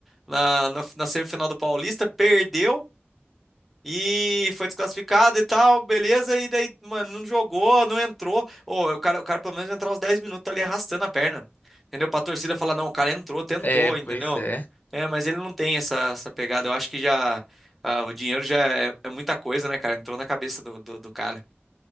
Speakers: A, in the centre; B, on the left.
A: na, na, na semifinal do Paulista, perdeu e foi desclassificado e tal, beleza. E daí, mano, não jogou, não entrou. Ô, o cara, o cara pelo menos entrar os 10 minutos ali arrastando a perna, entendeu? Pra torcida falar, não, o cara entrou, tentou,
B: É,
A: entendeu?
B: pois é.
A: É, mas ele não tem essa, essa pegada. Eu acho que já. ah, o dinheiro já é, é muita coisa, né, cara? Entrou na cabeça do, do, do cara.